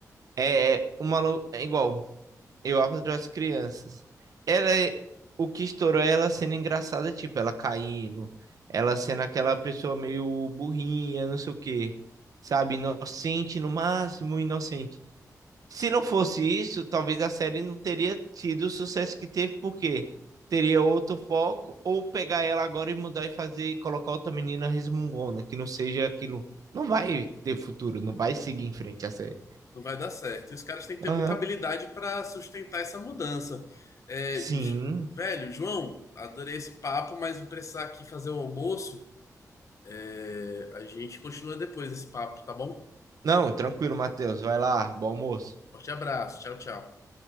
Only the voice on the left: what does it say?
não vai dar certo. E os caras têm que ter
muita habilidade para sustentar essa mudança. É,
j- velho, João, adorei esse papo, mas vou precisar aqui fazer o almoço. É, a gente continua depois desse papo, tá bom?
Forte abraço, tchau, tchau.